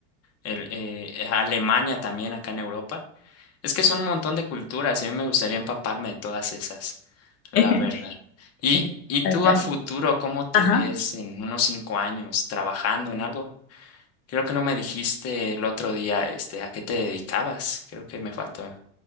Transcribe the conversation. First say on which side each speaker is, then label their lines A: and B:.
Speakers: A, on the left; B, on the left.
A: el, eh, eh, Alemania también acá en Europa. Es que son un montón de culturas y a mí me gustaría empaparme de todas esas, la
B: <laughs>
A: verdad. ¿Y, y tú
B: Tal, tal.
A: a futuro, cómo te
B: Ajá.
A: ves en unos cinco años trabajando en algo? Creo que no me dijiste el otro día, este, a qué te dedicabas. Creo que me faltó.